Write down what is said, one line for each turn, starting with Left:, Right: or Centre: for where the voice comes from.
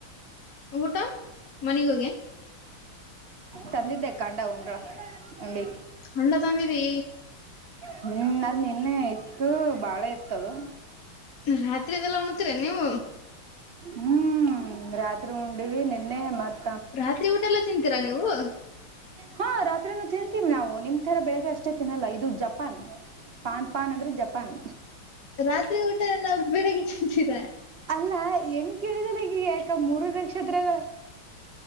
Left: ಊಟ ಮನೆಗ ಹೋಗೆ.
Right: ತಂದಿದ್ದೆ ಕಾಂಡ ಉಂಡ್ರ ಉಂಡಿ.
Left: ಹಣ್ಣ ತಂದಿದಿ.
Right: ಹುಣ ಅದ್ ನಿನ್ನೆ ಇತ್ತು ಬಾಳೆ ಇತ್ತದು
Left: ರಾತ್ರಿದೆಲ್ಲ ಉಣತೀರ ನೀವು
Right: ಹ್ಮ್ ಹ್ಮ ರಾತ್ರಿ ಉಂಡಿವವಿ ನಿನ್ನೆ ಮತ್.
Left: ರಾತ್ರಿ ಊಟ ಎಲ್ಲ ತಿಂತೀರಾ ನೀವು.
Right: ಹಾ ರಾತ್ರಿನ ತಿಂತೀವಿ ನಾವು ನಿಮ್ ತರ ಬೆಳಿಗ್ಗೆ ಅಷ್ಟೇ ತಿನ್ನಲ್ಲ ಇದು ಜಪಾನ್ ಪಾನ್ ಪಾನ್ ಅಂದ್ರೆ ಜಪಾನ್.
Left: ರಾತ್ರಿ ಊಟ ನ ಬೆಳಿಗ್ಗೆ. ತಿಂತೀರಾ.
Right: ಅಲ್ಲ ಹೆಂಗ ಕೇಳಿದಲ್ಲಗಗ ಯಾಕ ಮೂರು ನಕ್ಷತ್ರಗಳು